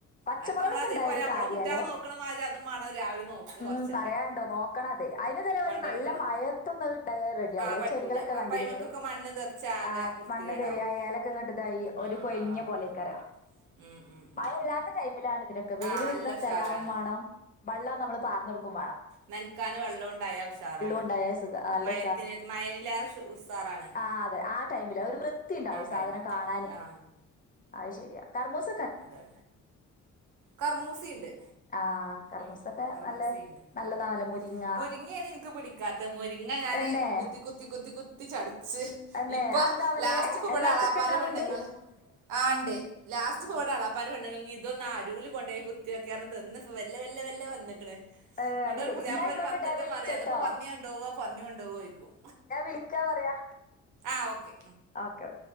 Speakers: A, on the left; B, on the right.
A: പച്ചമുളകൊക്കെണ്ടായാ
B: അതൊക്കെ നമ്മള് അതേപോലെ
A: ഒരു
B: നമ്മള്
A: കാര്യല്ലേ
B: കുട്ടികളെ നോക്കണ മാതിരി അതും വേണം രാവിലെ നോക്കി
A: ഉം
B: കുറച്ചൊക്കെ
A: പറയാണ്ടോ നോക്കണത് അയിന് <unintelligible>
B: കൊണ്ടടക്കണം
A: നല്ല മയത്തൊന്നുംഅത് ഇണ്ടായൽ റെഡിയാവൂലചെടികളൊക്കെ
B: ആഹ് പറ്റൂല അപ്പ
A: കണ്ട്ലെങ്ങള്
B: അയിമക്കൊക്കെ മണ്ണ് തെറിച്ച് ആകെ
A: ആഹ്
B: വൃത്തികേടാവും
A: മണ്ണ് തെരയാ ഏലക്കെങ്ങട്ട് ഇതായി ഒരു
B: ആഹ്
A: കൊഴ്ഞ്ഞ
B: ആഹ് ആകും
A: പോലെ കര
B: ഉം ഉം ഉം
A: മഴല്ലാത്ത ടൈമിലാണ് ഇതിനൊക്കെ വെയില്
B: ആഹ് നല്ല
A: കിട്ട്ണ സ്ഥലാവും
B: ഉഷാറാണ്
A: വാണം വള്ളം നമ്മള് പാർന്നൊടുക്കും വാണം
B: ന്നനകാന് വെള്ളം ഉണ്ടായ ഉഷാറാണ്
A: ഉണ്ടായാൽ സുഖ നല്ല
B: മയത്തി മഴീലെറെ ശു ഉഷാറാണ്
A: ആഹ് അതെ ആടൈമില് ഒരു വൃത്തിണ്ടാവും
B: ടൈമിൽ
A: സാധനം കാണാന്
B: ആ
A: അത് ശരിയാ കർമൂസ
B: അതെ
A: <inaudible>
B: കർമൂസിണ്ട്
A: ആ കർമൂസൊക്കെ
B: ഉം കർമൂസിണ്ട്
A: നല്ല നല്ലതാണല്ലോ
B: ഉം
A: മുരിങ്ങ
B: മുരിങ്ങേണ് ഇനിക്ക് പിടി കാത്ത് മുരിങ്ങ ഞാന്
A: തന്നെ
B: കുത്തി കുത്തി കുത്തി കുത്തി ചടച്ച്
A: തന്നെ
B: ഇപ്പൊ
A: ആ എന്താവലേ
B: ലാസ്റ്റ് ഇപ്പൊ
A: എല്ലാത്തൊക്കെ
B: ബടെ എളാപ്പാന്റെ
A: ഉണ്ടാവുന്നുണ്ട്
B: പെണ്ണ് ങ്ങള് ആഹ്ണ്ട് ലാസ്റ്റ്
A: ഉം
B: പ്പൊ ഇബടെ എളാപ്പ ന്റെ പെണ്ണുങ്ങളൾ ഇതൊന്ന് ആ രൂല് കൊണ്ടോയി കുത്തിക്കെന്ന് തന്ന് ഇപ്പൊ വെല്ല വെല്ല വെല്ല വന്ന്ക്ക്ണ്
A: ഏഹ്
B: ഇന്ന്ട്ട്
A: അയ്ശരി.
B: പുതിയാപ്പിള്ള
A: ന്നാ ആയിക്കോട്ടെ
B: ഒരു പത്ത്
A: ഞാൻ
B: വട്ടം
A: വിളിച്ചട്ടോ.
B: പറയാ അതിപ്പോ പന്നി കൊണ്ടവോ പന്നി കൊണ്ടുവോ യിക്കും
A: ഞാൻ വിളിക്കാ പറയാ
B: ആഹ് ഓക്കെ
A: ഓക്കെ